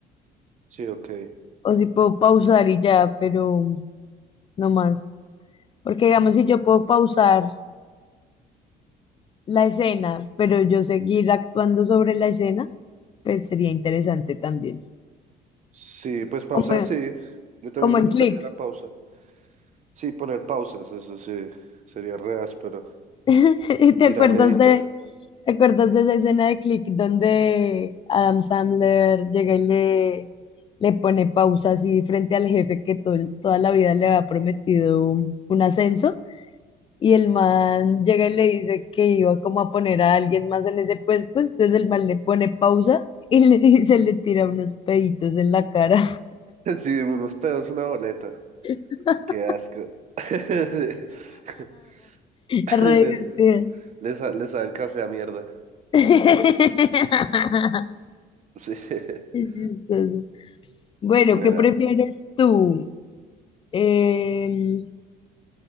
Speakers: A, on the right (about 45°); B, on the left (about 30°).
A: Sí, ok.
B: o si puedo pausar y ya, pero no más. Porque digamos, si yo puedo pausar la escena, pero yo seguir actuando sobre la escena, pues sería interesante también.
A: Sí, pues pausar,
B: Como,
A: sí. Yo también
B: como
A: me
B: en
A: gustaría
B: Click.
A: la pausa. Sí, poner pausas, eso sí. Sería re áspero.
B: <laughs> ¿Te acuerdas
A: Ir a meditar.
B: de, ¿Te acuerdas de esa escena de Click donde Adam Sandler llega y le, le pone pausa así frente al jefe que todo el- toda la vida le había prometido un, un ascenso? Y el man llega y le dice que iba como a poner a alguien más en ese puesto, entonces el man le pone pausa y le <laughs> dice, le tira unos peditos en la cara.
A: <laughs> Sí, unos pedos, una boleta.
B: <laughs>
A: Qué asco. <laughs>
B: Es re
A: Y les,
B: divertido.
A: les, sa- les sabe el café a mierda.
B: <laughs>
A: Sí. <laughs>
B: Es chistoso. Bueno,
A: Mira.
B: ¿qué prefieres tú? Em,